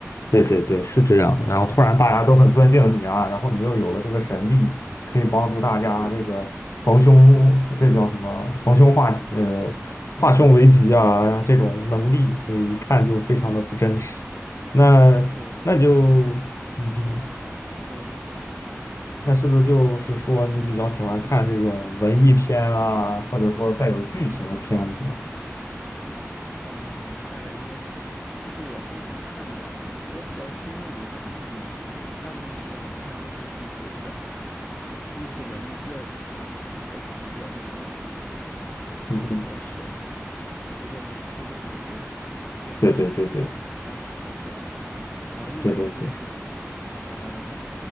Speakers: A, on the left; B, on the left.
A: 对对对，是这样的。然后突然大家都很尊敬你啊，
B: 对
A: 然后你又有了这个神力，可以帮助大家这个逢凶这叫什么逢凶化吉呃化凶为吉啊这种能力，
B: 对
A: 所以一看就非常的不真实。那那就嗯哼，
B: 对，其实就是嗯，你说
A: 那是不是就是说你比较喜欢看这种文艺片啊，或者说带有剧情的片子啊？
B: 嗯，大概应该是的。就是我通常看的，我比较倾向于就大部分的时间哈，大部分时间我看的都是一些比较，第一个是文艺，第二个是他的那个台词比较用功的，就是
A: 嗯哼，
B: 不是说是呃随随便便口水话一堆，就是他的台词可能比较好的设计的。
A: 对对对对
B: 然后另外一个就是，
A: 对对对。
B: 呃，